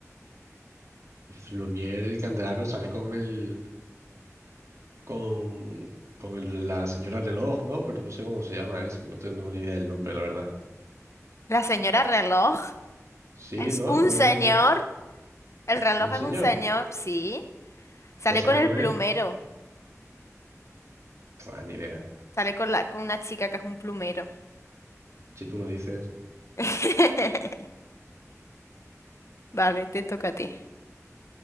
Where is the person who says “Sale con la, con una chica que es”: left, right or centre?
Left